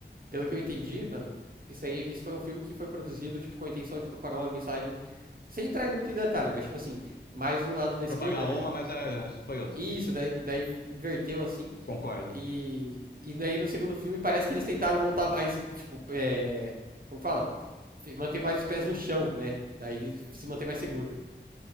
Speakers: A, on the right (about 50°); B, on the left (about 55°).
A: pelo que eu entendi, mano, isso aí, esse foi um filme que foi produzido, tipo, com a intenção de propagar uma mensagem, sem entrar muito em detalhe, mas, tipo assim, mais do lado da esquerda,
B: Propagar
A: né?
B: uma, mas é, foi outra,
A: E
B: né?
A: isso, daí, daí inverteu assim.
B: Concordo.
A: E, e daí no segundo filme parece que eles tentaram voltar mais, tipo, é, como que fala? Fi- Manter mais os pés no chão, né? Daí se manter mais seguro.